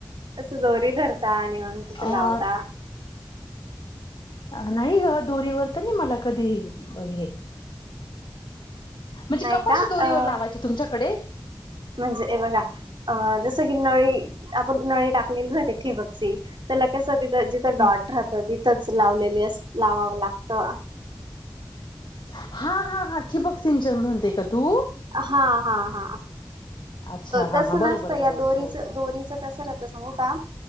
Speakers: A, on the right; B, on the left.
A: अस दोरी धरता. न कुस
B: अ
A: लावता <unintelligible>
B: नाही ग दोरीवर तर नाही मला कधी हे. म्हणजे
A: नाही
B: कपाशी
A: का
B: दोरीवर
A: अ
B: लावायची तुमच्याकडे
A: म्हणजे हे बघा अ जसं की नळी आपण नळी टाकलेलीवती ठि बगची तर लगेच. तिथं जिथं डॉट
B: हम्म.
A: राहतं तिथंच लावलेली अस लावावं लागत.
B: हा हा हां ठिबक सिंचन म्हणते का तू
A: हा हा हा.
B: अच्छा हा
A: तस
B: हा बरोबर
A: नसतं या
B: बरोबर
A: दोरीच
B: हो.
A: दोरीचं कसं राहत सांगू का